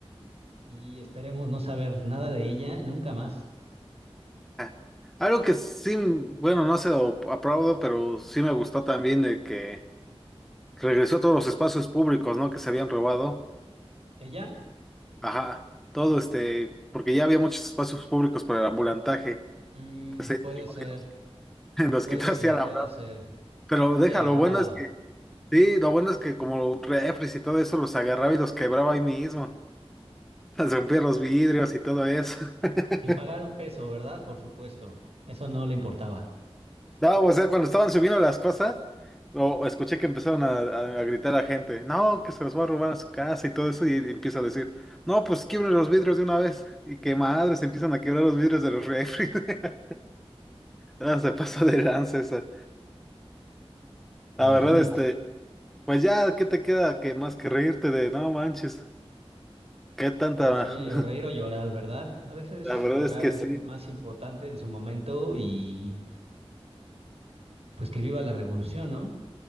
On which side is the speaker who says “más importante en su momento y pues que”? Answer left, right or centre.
Right